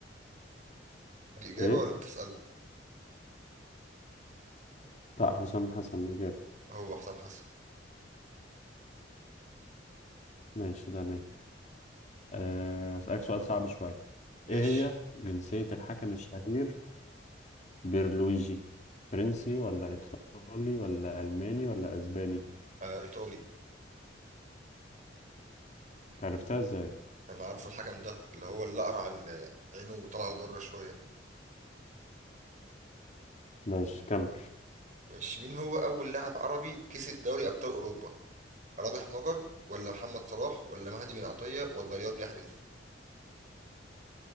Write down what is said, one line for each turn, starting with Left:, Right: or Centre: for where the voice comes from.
Right: دي إجابة
Left: ايه
Right: ولا بتسأل
Left: لا حسام حسن الإجابة
Right: هو حسام حسن
Left: ماشي تمام أه أسألك سؤال صعب شوية
Right: ماشي
Left: ايه هي جنسية الحكم الشهير بيرلويجي فرنسي ولا ايطالي ولا الماني ولا اسباني
Right: آه ايطالي
Left: عرفتها ازاي
Right: انا عارف الحكم ده اللي هو الاقرع اللي اقرع ال- عينه طالعه لبره شويه
Left: ماشي كمل
Right: ماشي مين هو اول لاعب عربي كسب دوري ابطال اوروبا رابح مجر ولا محمد صلاح ولا مهدي بن عطيه ولا رياض محرز